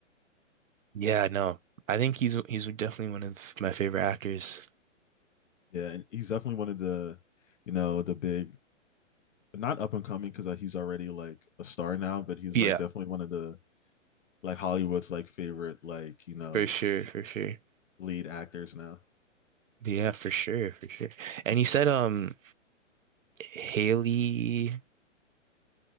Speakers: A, on the right; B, on the left.
A: yeah, no. I think he's he's definitely one of my favorite actors.
B: Yeah, and he's definitely one of the you know the big not up and coming because he's already like a star now, but he's
A: Yeah,
B: like definitely one of the like Hollywood's like favorite like you know
A: for sure, for sure.
B: lead actors now.
A: Yeah, for sure, for sure. And you said um Haley,